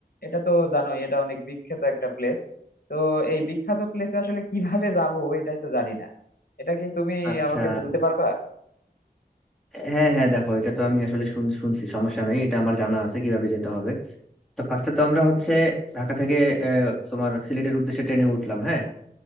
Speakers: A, on the left; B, in the centre.
A: এটা তো জানোই এটা অনেক বিখ্যাত একটা প্লেস তো এই বিখ্যাত প্লেসে আসলে কিভাবে যাব এটাই তো জানি না এটা কি তুমি
B: আচ্ছা
A: আমাকে বলতে পারবা
B: হ্যাঁ হ্যাঁ দেখো এটা তো আমি আসলে শুন- শুনছি সমস্যা নাই এটা আমার জানা আছে কিভাবে যেতে হবে তো ফার্স্টে তো আমরা হচ্ছে ঢাকা থেকে আহ, তোমার সিলেটের উদ্দেশ্যে ট্রেনে উঠলাম হ্যাঁ